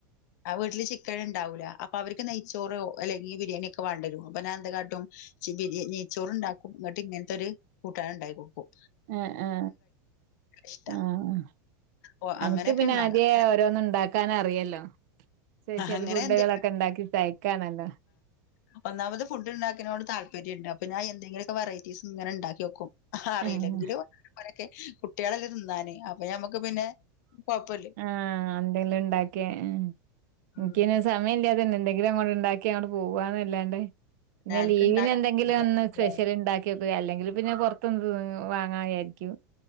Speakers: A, on the left (about 65°); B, on the right (about 65°).
A: ആ വീട്ടില് ചിക്കൻ ഇന് ണ്ടാവല അപ്പൊ അവർക്ക് നെയ്ച്ചോറ് അല്ലെങ്കിൽ ബിരിയാണി ഒക്കെ വേണ്ടരു അപ്പൊ ഞാ എന്ത് കാട്ടും ചി ബിരി നെയച്ചോറു ഉണ്ടാക്കും എന്നിട്ട് ഇങ്ങനത്തൊരു കൂട്ടാൻ ഉണ്ടായിക്കോട്ക്കും.
B: ആ ആ
A: ഇഷ്ടാ
B: ആഹ്
A: ഓ
B: എനിക്ക്
A: അങ്ങനെയൊക്കെ
B: പിന്നെ
A: ഉണ്ടാകാം
B: ആദ്യേ ഓരോന്നും ഉണ്ടാക്കാന് അറിയല്ലോ. സ്പെഷ്യൽ
A: അങ്ങനെ
B: ഫുഡുകളൊക്കെ
A: എന്തെങ്കിലും
B: ഉണ്ടാക്കി തയ്ക്കാണല്ലോ.
A: അപ്പൊന്നാമത് ഫുഡ്ണ്ടാക്കിനോട് താല്പര്യണ്ട് ഇപ്പ ഞാ എന്തെങ്കിലുമൊക്കെ വെററ്റീസ് ഇങ്ങനെണ്ടാക്കി നോക്കും ആറിയില്ലെങ്കിലും
B: ആഹ്
A: ങ്ങനക്കെ. കുട്ടികളെല്ലേ തിന്നാന് അപ്പൊ ഞമ്മക്ക് പിന്നെ കൊഴപ്പല്ല
B: ആ എന്തെലും ഉണ്ടാക്കിയ എ എനിക്കിന്നെ
A: ഉം
B: സമയം ഇല്ല അതന്നെന്തെങ്കിലും അങ്ങോട്ട് ഉണ്ടാക്കി അങ്ങട്ട് പോവാന്നല്ലാ പിന്നെ
A: അനക്ക്
B: ലീവിന്
A: ഇണ്ടാക്കാൻ
B: എന്തെങ്കിലും
A: ല്ലേ
B: ഒന്ന് സ്പെഷ്യൽ ഉണ്ടാക്കിവ അല്ലെങ്കിൽ പിന്നെ പുറത്ത് <unintelligible> വാങ്ങായായിരിക്കും